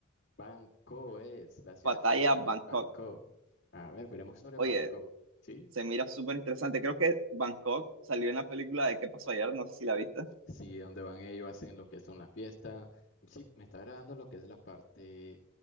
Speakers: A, on the left; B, on the right.
A: Bangkok es la ciudad
B: batalla
A: de Tailandia.
B: Bangkok.
A: Bangkok. A ver, veremos sobre
B: Oye,
A: Bangkok. Sí,
B: Se mira súper interesante. Creo que Bangkok salió en la película de ¿Qué pasó ayer? No sé si la viste.
A: Sí, donde van ellos hacen lo que son las fiestas. Sí, me está agradando lo que es la parte